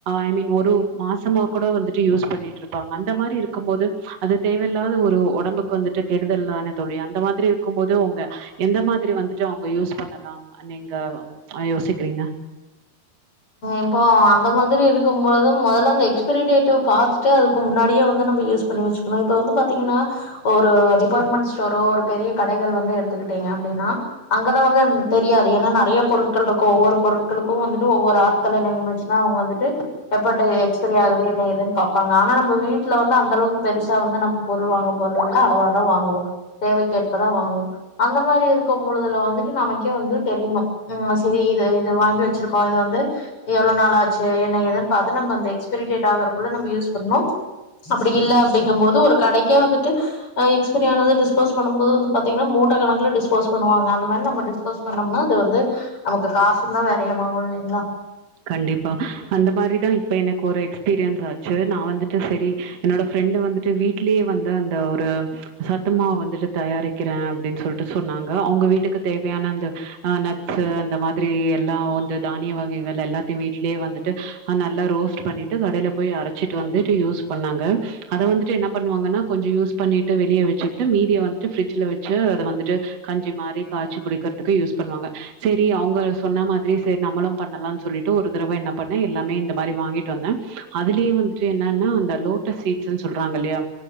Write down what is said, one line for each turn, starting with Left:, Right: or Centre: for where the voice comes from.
Right: ஐ மீன் ஒரு மாசமா கூட வந்துட்டு யூஸ் பண்ணிட்டு இருப்பாங்க அந்த மாதிரி இருக்கும் போது அது தேவையில்லாத ஒரு ஒடம்புக்கு வந்துட்டு கெடுதல் தானே தோழி அந்த மாதிரி இருக்கும்போது உங்க எந்த மாதிரி வந்துட்டு அவங்க யூஸ் பண்ணலா நீங்க யோசிக்கிறீங்க
Left: இப்போ அந்த மாதிரி இருக்கும்பொழுது முதல்ல அந்த எக்ஸ்பரி டேட்ட பாத்துட்டு அதுக்கு முன்னாடியே வந்து நம்ம யூஸ் பண்ணி வச்சுக்கணு இப்ப வந்து பாத்தீங்கன்னா ஒரு டிபார்ட்மெண்ட் ஸ்டோரோ பெரிய கடைகள் வந்து எடுத்துக்கிட்டீங்க அப்டின்னா அங்கதா வந்து தெரியாது ஏன்னா நெறைய பொருட்கள் இருக்கு ஒவ்வொரு பொருட்களுக்கு வந்துட்டு ஒவ்வொரு ஆட்கள நியமிச்சுதா அவங்க வந்துட்டு எப்ப டே எக்ஸ்பரிய ஆகுது என்ன ஏதுன்னு பாப்பாங்க ஆனா நம்ம வீட்ல வந்து அந்த அளவுக்கு பெருசா வந்து நம் பொருள் வாங்க போறது இல்ல அளவா தா வாங்குவோ தேவை கேடப்பதா வாங்குவோ அந்த மாதிரி இருக்கு பொழுதுல வந்துட்டு நமக்கே வந்து தெரியணு ம் செரி இத இத வாங்கி வச்சிரு இத வந்து எவ்ளோ நாள் ஆச்சு என்ன ஏதுன்னு பாத்து நம்ம அந்த எஸ்பிரி டேட் ஆறக்குள்ள நம்ம யூஸ் பண்ணு அப்டி இல்ல அப்படிங்கு போது ஒரு கடைக்கே வந்துட்டு எக்ஸ்பிரியானத டிஸ்போஸ் பண்ணும் போது வந்து பாத்தீங்கன்னா மூட்ட கணக்கல டிஸ்போஸ் பண்ணுவாங்க அந்த மாரி நம்ம டிஸ்போஸ் பண்ணோம்னா அது வந்து நமக்கு காசு தா வறையம் ஆகு இல்லைங்களா
Right: கண்டிப்பா அந்த மாரிதா இப்ப எனக்கு ஒரு எக்ஸ்பீரியன்ஸ் ஆச்சு நா வந்துட்டு செரி என்னோட ஃப்ரெண்டு வந்துட்டு வீடலயே வந்து அந்த ஒரு சத்துமாவ வந்துட்டு தயாரி க்கிறே அப்டின்னு சொல்லிட்டு சொன்னாங்க அவங்க வீட்டுக்கு தேவையான அந்த நட்சு அந்த மாதிரி எல்லா வந்து தானிய வகைகள் எல்லாத்தையு வீட்லயே வந்துட்டு நல்லா ரோஸ்ட் பண்ணிட்டு கடையில போய் அரைச்சிட்டு வந்துட்டு யூஸ் பண்ணாங்க அத வந்துட்டு என்ன பண்ணுவாங்கன்னா கொஞ்சோ யூஸ் பண்ணிட்டு வெளிய வச்சுட்டு மீதிய வந்துட்டு ஃபரிட்ஜல வச்சு அத வந்துட்டு கஞ்சி மாரி காய்ச்சி குடிக்கிறதுக்கு யூஸ் பண்ணுவாங்க செரி அவங்க சொன்ன மாதிரி செரி நம்மளு பண்ணலா சொல்லிட்டு ஒரு தடவ என்ன பண்ணே எல்லாமே இந்த மாதிரி வாங்கிட்டு வந்தே அதுலே வந்துட்டு என்னன்ன அந்த லோட் சீட்ஸ்னு சொல்றாங்க இல்லையா